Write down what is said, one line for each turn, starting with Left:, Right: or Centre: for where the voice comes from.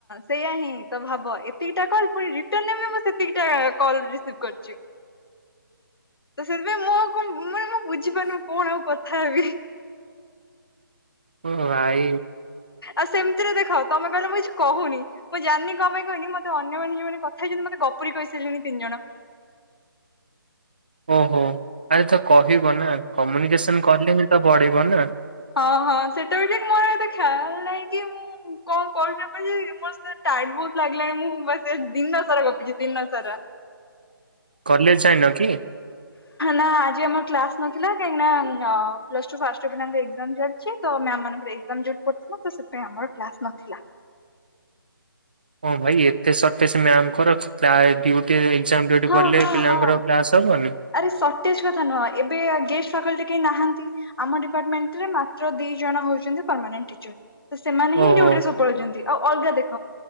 Left: ସେଇୟା ହିଁ ତ ଭାବ ଏତିକିଟା କଲ ପୁଣି ରିଟନରେ ବି ମୁଁ ସେତିକି ଟା କଲ ରିସିଭ୍ କରିଛି। ତ ସେଥିପାଇଁ ମୁଁ ଆଉ କଣ ମାନେ କଣ ବୁଝିପାରୁନୁ କଣ ଆଉ କଥା ହେବି?
Right: ଓ ଭାଇ
Left: ଆଉ ସେମିତିରେ ଦେଖ ତମେ କହିଲ ମୁଁ କିଛି କହୁନି ମୁଁ ଜାଣିନି କଣ ପାଇଁ କହିନି ମତେ ଅନ୍ୟମାନେ ଯୋଉମାନେ କଥା ହେଇଛନ୍ତି। ମତେ ଗପୁରି କହିସାଇଲେଣି ତିନି ଜଣ।
Right: ଓହୋ ଆରେ ତ କହିବ ନା। କମ୍ୟୁନିକେସନ କରିଲେ ହିଁ ତ ବଢିବ ନା
Left: ହଁ ହଁ ସେଟା ବି ଠିକ୍, ମୋର ଏତେ ଖ୍ୟାଲ୍ ନାହିଁ କି ମୁଁ କଣ କହିବି <unintelligible> ମୋତ ଟାଇମ୍ ବହୁତ ଲାଗିଲାଣି, ମୁଁ ବା ସେ ଦିନ ସାରା ଗପିଛି ଦିନ ସାରା
Right: କଲେଜ୍ ଯାଇନ କି?
Left: ନା ଆଜି ଆମର କ୍ଲାସ ନଥିଲା, କାହିଁକିନା ଅ ପ୍ଲସ ଟୁ ଫାଷ୍ଟ ୟିଅର୍ ପିଲାଙ୍କ ଏଗ୍ଜାମ୍ ଚା ଅଛି ତ ମ୍ୟାମ୍ ମାନଙ୍କର ଏଗ୍ଜାମ୍ ଡ୍ୟୁଟି ପଡିଥିଲା ତ ସେଥିପାଇଁ ଆମର କ୍ଲାସ ନଥିଲା
Right: ହଁ ଭାଇ ଏତେ ସର୍ଟେଜ୍ ମ୍ୟାମ୍ ଙ୍କର କା ଡ୍ୟୁ କି ଏଗ୍ଜାମ୍ ଡ୍ୟୁଟି
Left: ହଁ
Right: ପଡିଲେ,
Left: ହଁ
Right: ପିଲାଙ୍କର
Left: ହଁ।
Right: କ୍ଲାସ ହବନି
Left: ଆରେ ସଟେଜ କଥା ନୁହଁ ଏବେ ଗେଷ୍ଟ ଫାକଲ୍ଟି କେହି ନାହାନ୍ତି ଆମ ଡିପାର୍ଟମେଣ୍ଟ ରେ ମାତ୍ର ଦି ଜଣ ହଉଛନ୍ତି ପରମାନେଣ୍ଟ ଟିଚର ତ ସେମାନେ ହିଁ
Right: ଓହୋ
Left: ଡିଉଟିରେ ସବୁବେଳେ ରହୁଛନ୍ତି ଆଉ ଅଲଗା ଦେଖ